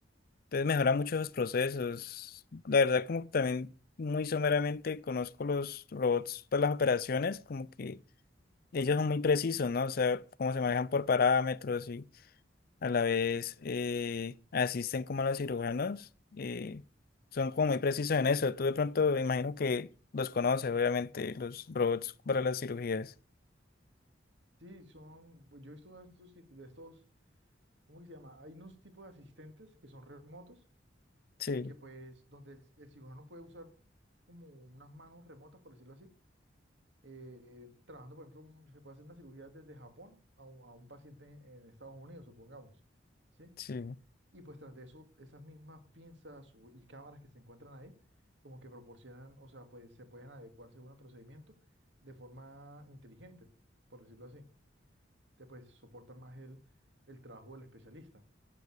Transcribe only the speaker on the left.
entonces mejora mucho los procesos. La verdad como que también muy someramente conozco los robots para las operaciones, como que ellos son muy precisos, ¿no? O sea, cómo se manejan por parámetros y a la vez eh, asisten como a los cirujanos, eh, son como muy precisos en eso. Tú de pronto me imagino que los conoces, obviamente, los robots para las cirugías.
Sí,
sí,